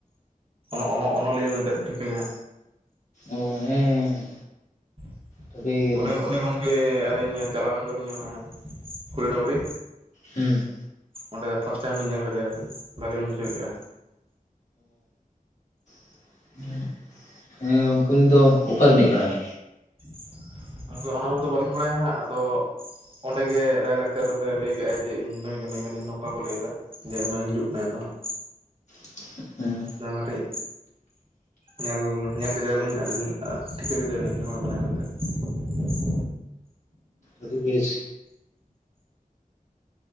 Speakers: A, on the right; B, on the left.
A: -ᱚᱱᱚ-ᱚᱱᱚ ᱚᱱᱚᱞᱤᱭᱟᱹ ᱢᱮᱱᱛᱮ ᱯᱮ ᱴᱷᱤᱠᱟᱹᱭᱟ
B: ᱚ ᱦᱮᱸᱦᱮᱸ ᱦᱮᱸ
A: <inaudible>
B: ᱴᱷᱟᱹᱣᱠᱟᱹᱭ ᱜᱮᱭᱟᱞᱤᱧ
A: -ᱚᱱᱮ ᱚᱱᱮ ᱜᱚ- ᱞᱤ ᱟᱹᱞᱤᱧ ᱪᱟᱞᱟᱣ ᱞᱮᱱ ᱫᱚᱞᱤᱧ ᱚᱱᱮ ᱠᱩᱲᱤ ᱰᱩᱝᱨᱤ
B: ᱦᱩᱸ
A: ᱚᱸᱰᱮ ᱯᱷᱟᱥ ᱴᱟᱭᱤᱢ ᱞᱤᱧ ᱧᱮᱞ ᱠᱮᱫᱮᱭᱟ ᱟᱨᱠᱤ ᱵᱷᱟᱜᱤ ᱞᱤᱧ ᱵᱩᱡᱷᱟᱹᱣ ᱠᱮᱫᱼᱟ
B: <unintelligible> ᱦᱮᱸ ᱜᱚᱝᱠᱮ ᱩᱱᱤ ᱫᱚ ᱚᱠᱟ ᱨᱤᱱᱤᱡ ᱠᱟᱱᱟᱭ
A: <inaudible> ᱜᱚᱢᱠᱮ ᱚᱱᱟ ᱢᱟᱛᱚ ᱵᱟᱹᱞᱤᱧ ᱵᱟᱲᱟᱭᱟ ᱦᱟᱸᱜ ᱟᱫᱚ ᱚᱸᱰᱮᱜᱮ ᱞᱟᱭᱞᱟᱠᱪᱟᱨ ᱠᱟᱛᱮᱜ ᱞᱟᱹᱭ ᱠᱮᱜᱟᱭ ᱡᱮ ᱤᱧ ᱱᱩᱭ ᱠᱟᱹᱱᱟᱧ ᱱᱚᱝᱠᱟ ᱷᱚ ᱞᱟᱹᱭ ᱮᱫᱟ ᱡᱮ ᱱᱩᱭ ᱦᱤᱡᱩᱜ ᱠᱟᱱᱟᱭ ᱛᱚ ᱦᱟᱸᱜ
B: <inaudible> ᱦᱮᱸ
A: ᱫ ᱠᱟᱹᱴᱤᱡ ᱧᱮᱞ ᱧᱮᱞ ᱠᱮᱫᱮᱭᱟ ᱟᱞᱤᱧ ᱟᱹᱰᱤ ᱫᱤᱱ ᱴᱷᱤᱠᱟᱹ ᱠᱮᱫᱮᱭᱟᱞᱤᱧ ᱦᱚᱲ ᱠᱟᱱᱟᱭ ᱢᱮᱱᱛᱮ <inaudible>
B: ᱟᱹᱰᱤ ᱵᱮᱥ